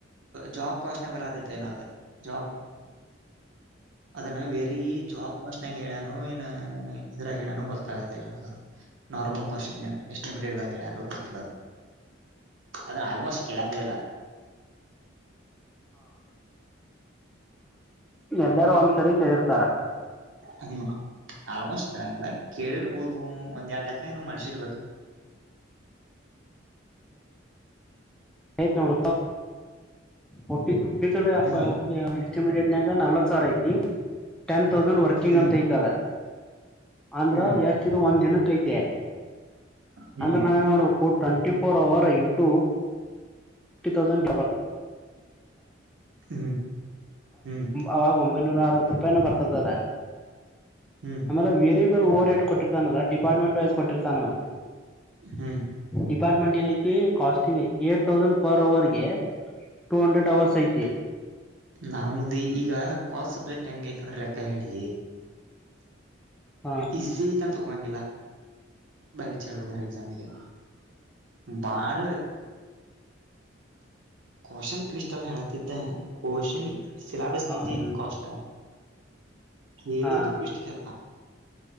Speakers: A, on the right; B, in the centre.
A: ಜಾಬ್ ಕ್ವಾಸ್ನೆ ಬರತ್ತೈತೆ ಏನ ಅದ ಜಾಬ್ ಅದನ್ನ ವೆರಿ ಜಾಬ್ ಕ್ಶನೆಾಗ ಹೇಳ್ಯನು ಏನ್. ಇದ್ರಾಗ ಹೇಳಾನ ಗೊತ್ತಾಗೋದಿಲ್ಲ ನನದು ನಾರ್ಮಲ್ ಕಾಸ್ ಎಷ್ಟಮಟೆಡ್ ಇದಾಗ ಹೇಳಾರ ಗೊತ್ತಿಲ್ಲ. ಅದನ್ನ ಆಲ್ಮೋಸ್ಟ್ ಕೆಳಂಗಗೆಲ್ಲ.
B: ಇ. ಎಲ್ಲಾರೂ ಒಂದ್ ಸರಿ ಕ ಇರ್ತಾರ.
A: ಹ್ಮ್. ಆಲ್ಮೋಸ್ಟ್ ಚೆನ್ನಲ್ಲ. ಕೇಡೆ ಬೋದು. ಒಂದ ಎರಡ್ ಲಲೆಕ್ಕ ಏ ಮಾಡ್ಸಿರ್ಬೇಕ.
B: ಆಯ್ತ್ ನೋಡ. ಹೊಟ್ಟ. ಇ
A: ಹ್ಮ್
B: ಎ ಎಸ್ಟಿಮೇಟೆಡ್. ಈಗ ನಾಲ್ವತ್ ಸಾವರ ಐತಿ. ಟೆನ್ ತೌಸಂಡ್ ವರ್ಕಿಂಗ್
A: ಹ್ಮ್
B: ಅಂತ ಐತದೆ. ಅಂದ್ರ
A: ಹ್ಮ್
B: ಎಾಸ್ತಿ ಒಂದ್ ದಿನ ಕೈತ
A: ಹ್ಮ್
B: ಅಂದ್ರೆ ನಾವೇನ್ ಮಾಡ್ಬೇಕ twenty four hour into fifty thousand
A: ಹ್ಮ್ ಹ್ಮ್
B: ಅವಾಗ ಒೈನೂರ ಅರವತ್ತು ರೂಪಾಯಿನ ಬರ್ತದ
A: ಹ್ಮ್
B: ಆಮೇಲೆ ವೇರಿಯೇಬಲ್ ಓರ್ಟ ಕೊಟ್ಟಿರ್ತಾನದ ಡಿಪಾರ್ಟ್ಮೆಂಟ್ ವೈಸ್ ಕೊಟ್ಟಿರ್ತಾನವಾ
A: ಹ್ಮ್
B: ಡಿಪಾರ್ಟ್ಮೆಂಟ್ ಏನ ಐತೆ ಕಸ್ಟಿಂಗ್ ಏಟ್ ತೌಸಂಡ್ ಫರ್ ಅವರ್ಗೆ ಟು ಹಂಡ್ರೆಡ್ ಅವವರ್ಸ್ ಆಐತ
A: ನಾದಿ ಈಗ ಕಾಸ್ ಸಬ್ಜೆಕ್ಟ್ ಹೆಂಗ ಐತ್ ಅಂದ್ರೆ ಲೆಕ್ಕ ಹೇಳಿ
B: ಹಾ
A: ಈಸಿ ಐತ ಅಂತ ಹೋಗೋಂಗಿಲ್ಲ ಬಯ ಬಿಚ್ ಹೇಳ್ಬೇಕಂದ್ರೆ ಎಕ್ಸಾಮಗೆ ಬಾಳ ಕ್ನ್ ಟ್ವಿಸ್ಟ್ ಎಲ್ಲಿ ಹೇಳತಿದ್ದೆ ಕ್ನ್ ಶಲಾ ಬಸ್ಿಜ
B: ಕಾಸ್ಟ್
A: ಕಷ್ಟ ಹೇಳುದು
B: ಹಾ
A: ಕಷ್ಟ ಕೆತ